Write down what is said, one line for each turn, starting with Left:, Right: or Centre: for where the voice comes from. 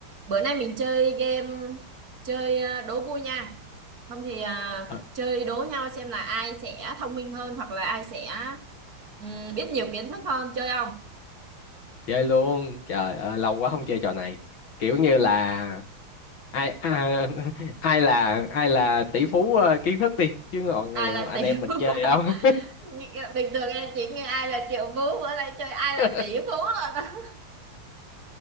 Right: Bữa nay mình chơi game chơi à, đố vui nha. Không thì à,
Left: Ờ,
Right: chơi đố nhau xem là ai sẽ thông minh hơn hoặc là ai sẽ ừm, biết nhiều kiến thức hơn chơi không?
Left: chơi luôn trời ơi lâu quá không chơi trò này kiểu như là ai à, <laughs> ai là ai là tỷ phú ờ, kiến thức đi chứ còn ngày
Right: Ai
Left: anh
Right: là tỷ
Left: em mình
Right: phú?
Left: chơi
Right: <laughs>
Left: không
Right: Nghĩ- Bình thường em chỉ nghe ai là triệu phú bữa nay chơi ai là
Left: <laughs>
Right: tỷ phú rồi. <laughs>